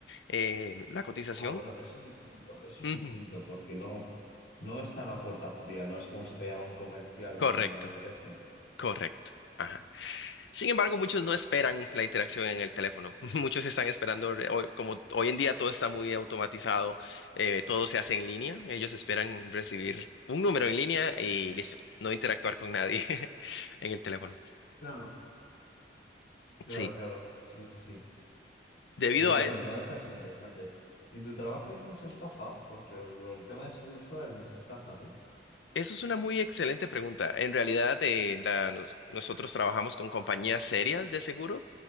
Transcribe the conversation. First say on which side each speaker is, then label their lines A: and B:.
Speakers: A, on the left (about 90°); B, on the left (about 65°).
A: eh, la cotización.
B: Ah, bueno, pero eso es distinto, eso
A: Ujú,
B: es distinto, porque no, no es tan a puerta fría, no es como si te llama un comercial
A: Correcto,
B: de una línea de teléfono.
A: correcto. Ajá. Sin embargo, muchos no esperan la interacción en el teléfono. <laughs> Muchos están esperando, re- hoy- como hoy en día todo está muy automatizado, eh, todo se hace en línea. Ellos esperan recibir un número en línea y listo, no interactuar con nadie <laughs> en el teléfono.
B: Claro, claro,
A: Sí,
B: claro, sí, sí, sí.
A: debido
B: Pero
A: a
B: bueno,
A: eso,
B: no deja de ser interesante. en tu trabajo hay mucha estafa? Porque el, el tema de seguro social es mucha estafa, ¿no?
A: eso es una muy excelente pregunta. En realidad, eh, la- nos- nosotros trabajamos con compañías serias de seguros